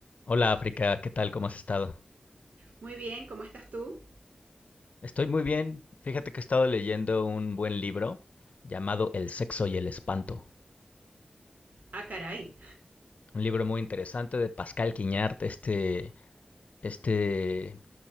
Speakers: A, on the left; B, on the right.
A: Hola África, ¿qué tal? ¿Cómo has estado?
B: Muy bien, ¿cómo estás tú?
A: Estoy muy bien. Fíjate que he estado leyendo un buen libro llamado El sexo y el espanto.
B: Ah, caray,
A: Un libro muy interesante de Pascal Quignard, este, este